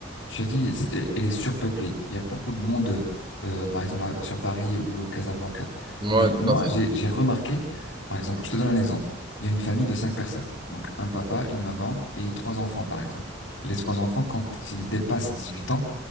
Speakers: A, on the left; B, on the right.
A: Tu as dit, c'est- elle est surpeuplée. Il y a beaucoup de monde, euh, par exemple, à- sur Paris ou au Casablanca.
B: Ouais,
A: Mais
B: tout
A: moi,
B: à fait.
A: j'ai j'ai remarqué, par exemple, je te donne un exemple. Il y a une famille de cinq personnes. Donc, un papa, une maman et trois enfants, par exemple. Les trois enfants, quand ils dépassent 18 ans,